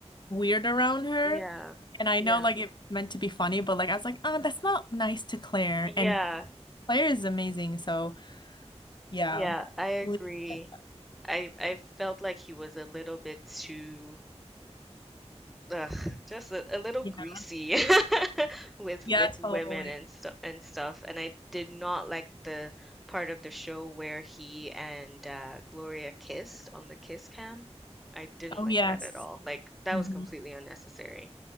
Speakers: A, on the left (about 40°); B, in the centre.
A: weird around her.
B: Yeah.
A: And I
B: Yeah.
A: know like it's meant to be funny, but like I was like, oh, that's not nice to Claire.
B: Yeah.
A: And Claire is amazing, so yeah.
B: Yeah. I agree.
A: Believe it.
B: I I felt like he was a little bit too ugh, just a, a little
A: Yeah.
B: greasy <laughs> with
A: Yeah,
B: with
A: totally.
B: women and stuff and stuff. And I did not like the part of the show where he and uh, Gloria kissed on the kiss cam. I didn't
A: Oh
B: like
A: yes.
B: that at all. Like that
A: hmm
B: was completely unnecessary.